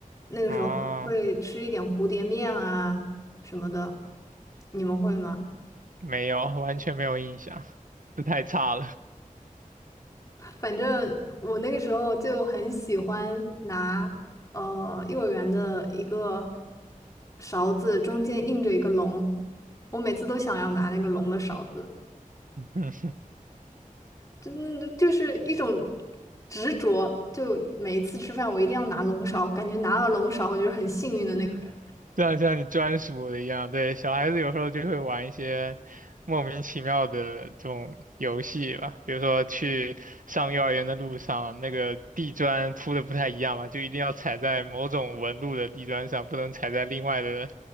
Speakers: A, on the left; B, on the right.
A: 那个时候会吃一点蝴蝶面啊什么的，
B: 啊，
A: 你们会吗？
B: 没有，完全没有印象，这太差了。
A: 反正我那个时候就很喜欢拿呃幼儿园的一个勺子，中间印着一个龙，我每次都想要拿那个龙的勺子，
B: <laughs>
A: 真就是一种执着。就每一次吃饭，我一定要拿龙勺，感觉拿了龙勺，我就是很幸运的那个人。
B: 嗯，<laughs> 像像你专属的一样，对，小孩子有时候就会玩一些莫名其妙的这种游戏吧，比如说去上幼儿园的路上，那个地砖铺的不太一样嘛，就一定要踩在某种纹路的地砖上，不能踩在另外的